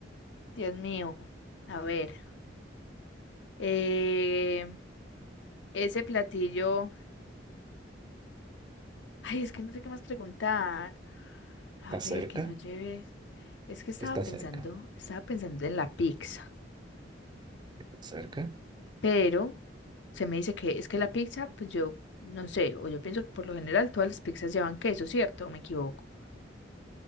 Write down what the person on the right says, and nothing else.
Está
cerca.
Está
cerca.
Está cerca.